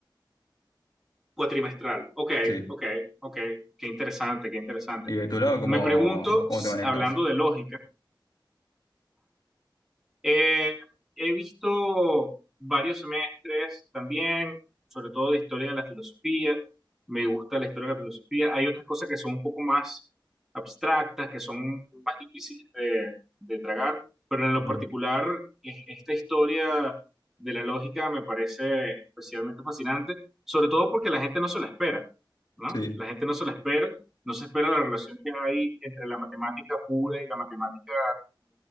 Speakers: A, in the centre; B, on the left (about 55°).
A: Cuatrimestral. Ok,
B: sí.
A: ok, ok. Qué interesante, qué interesante.
B: ¿Y de tu lado cómo,
A: Me pregunto,
B: cómo
A: s-
B: te manejas?
A: hablando de lógica, Eh, he visto varios semestres también, sobre todo de historia de la filosofía. Me gusta la historia de la filosofía. Hay otras cosas que son un poco más abstractas, que son más difíciles de, de tragar, pero en
B: Ujú,
A: lo particular, e- esta historia de la lógica me parece especialmente fascinante, sobre todo porque la gente no se la espera, ¿no?
B: Sí.
A: La gente no se la espera, no se espera la relación que hay entre la matemática pura y la matemática